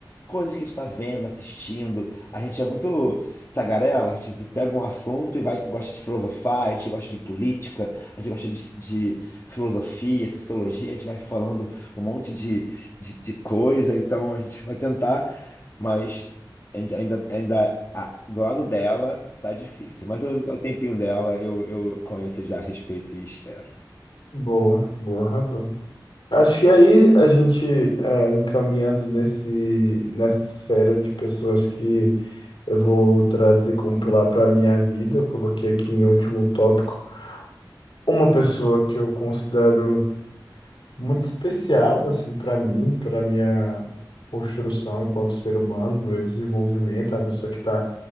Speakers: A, on the left (about 35°); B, on the left (about 80°).
A: coisas que a gente tá vendo, assistindo. A gente é muito tagarela, a gente vi- pega um assunto e vai, gosta de filosofar, a gente gosta de política, a gente gosta de, de filosofia, sociologia, a gente vai falando um monte de de, de coisa, então a gente vai tentar, mas a gente ainda, ainda a- do lado dela tá difícil. Mas eu- é o tempinho dela eu, eu conheço já, respeito e espero.
B: Boa, boa razão. Acho que aí a gente é, encaminhando nesse, nessa esfera de pessoas que eu vou trazer como pilar para a minha vida, eu coloquei aqui em último tópico uma pessoa que eu considero muito especial assim para mim, para minha construção enquanto ser humano, meu desenvolvimento, a pessoa que está